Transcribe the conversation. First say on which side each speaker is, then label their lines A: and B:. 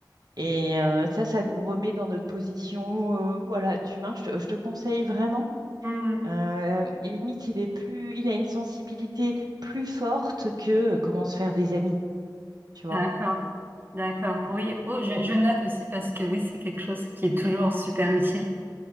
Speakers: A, on the right; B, on the right.
A: Et euh, ça, ça nous remet dans notre position euh, voilà, d'humain. Je te, je te conseille vraiment.
B: Hmm,
A: Euh, et limite, il est plus, il a une sensibilité plus forte que euh, comment se faire des amis, tu vois.
B: D'accord. D'accord. Oui, oh, je, je note aussi parce que oui, c'est quelque chose qui est toujours super utile.